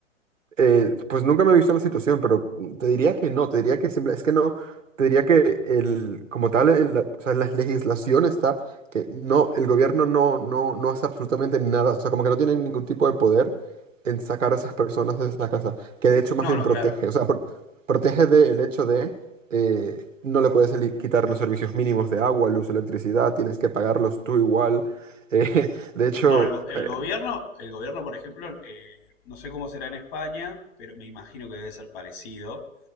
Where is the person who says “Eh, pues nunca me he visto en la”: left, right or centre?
Right